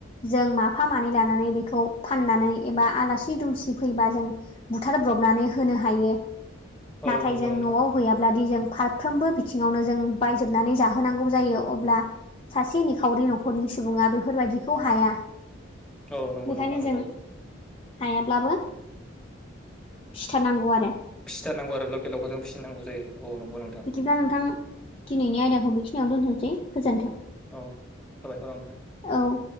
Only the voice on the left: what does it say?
जों माफा मानै लानानै बेखौ फाननानै एबा आलासि दुमसि फैबा जों बुथारब्रबनानै होनो हायो
नाथाय
जों
न'आव गैयाब्लादि जों फारफ्रोमबो बिथिङावनो जों बायजोबनानै जाहोनांगौ जायो अब्ला सासे निखावरि नखरनि सुबुङा बेफोरबायदिखौ हाया
बेखायनो
जों हायाब्लाबो फिथारनांगौ आरो
बिदिबा नोंथां दिनैनि आयदाखौ बेखिनियाव दोनथ'सै गोजोन्थों
औ